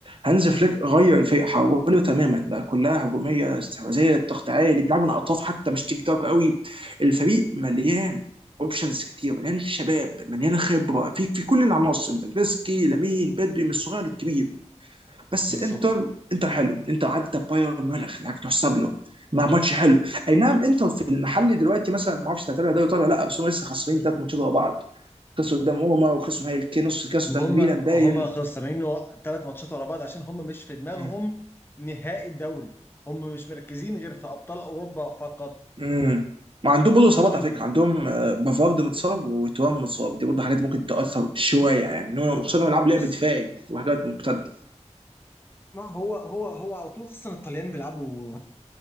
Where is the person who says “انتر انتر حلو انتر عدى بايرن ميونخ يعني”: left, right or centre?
Right